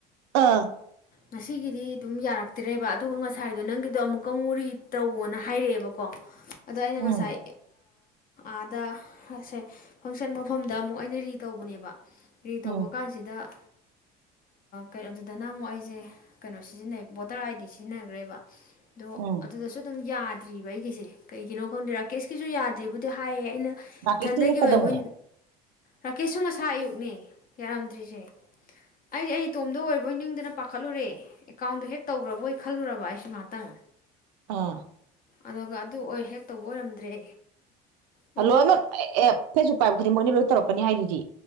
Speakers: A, on the right (about 75°); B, on the left (about 45°).
A: ꯑꯥ
B: ꯉꯁꯤꯒꯤꯗꯤ ꯑꯗꯨꯝ ꯌꯥꯔꯛꯇ꯭ꯔꯦꯕ ꯑꯗꯨꯒ ꯉꯁꯥꯏꯗꯣ ꯅꯪꯒꯤꯗꯣ ꯑꯃꯨꯛꯀ ꯑꯃꯨꯔꯤ ꯇꯧꯣꯅ ꯍꯥꯏꯔꯛꯑꯦꯕꯀꯣ ꯑꯗꯣ ꯑꯩꯅ
A: ꯎꯝ
B: ꯉꯁꯥꯏ ꯑꯗ ꯑ ꯁꯦ ꯐꯪꯁꯟ ꯃꯐꯝꯗ ꯑꯃꯨꯛ ꯑꯩꯅ ꯔꯤ ꯇꯧꯕꯅꯦꯕ ꯔꯤ ꯇꯧꯕ
A: ꯎꯝ
B: ꯀꯥꯟꯁꯤꯗ ꯀꯩꯅꯣꯗꯨꯗꯅ ꯑꯃꯨꯛ ꯑꯩꯁꯦ ꯀꯩꯅꯣ ꯁꯤꯖꯤꯟꯅꯩ ꯕꯣꯇꯔ ꯑꯥꯏꯗꯤ ꯁꯤꯖꯤꯟꯅꯈ꯭ꯔꯦꯕ ꯑꯗꯣ
A: ꯎꯝ
B: ꯑꯗꯨꯗꯁꯨ ꯑꯗꯨꯝ ꯌꯥꯗ꯭ꯔꯤꯕ ꯑꯩꯒꯤꯁꯦ ꯀꯩꯒꯤꯅꯣ ꯈꯪꯗꯦ ꯔꯥꯀꯦꯁꯀꯤꯁꯨ ꯌꯥꯗ꯭ꯔꯤꯕꯕꯨꯗꯤ ꯍꯥꯏꯌꯦ ꯑꯩꯅ
A: ꯃꯥꯔꯀꯦꯠꯁꯤꯡꯅ
B: ꯏꯊꯟꯗꯒꯤ
A: ꯀꯩꯗꯧꯉꯩ
B: ꯑꯣꯏꯕꯨ ꯔꯥꯀꯦꯁꯁꯨ ꯉꯁꯥ ꯑꯌꯨꯛꯅꯦ ꯌꯥꯔꯝꯗ꯭ꯔꯤꯁꯦ ꯑꯩꯗꯤ ꯑꯩꯇꯣꯝꯗ ꯑꯣꯏꯕꯣꯏ ꯅꯤꯡꯗꯅ ꯄꯥꯈꯠꯂꯨꯔꯦ ꯑꯦꯀꯥꯎꯟꯗꯣ ꯍꯦꯛ ꯇꯧꯈ꯭ꯔꯕꯣꯏ ꯈꯜꯂꯨꯔꯕ ꯑꯩꯁꯨ ꯉꯍꯥꯛꯇꯪ
A: ꯑꯥ
B: ꯑꯗꯨꯒ ꯑꯗꯨ ꯑꯣꯏ ꯍꯦꯛ ꯇꯧꯕ ꯑꯣꯏꯔꯝꯗ꯭ꯔꯦ ꯍꯥꯏꯗꯤ
A: ꯂꯣꯏ ꯅ ꯐꯦꯖꯄꯨꯛ ꯄꯥꯏꯕ ꯈꯨꯗꯤꯡꯃꯛꯅꯤ ꯇꯧꯔꯛꯀꯅꯤ ꯍꯥꯏꯗꯨꯗꯤ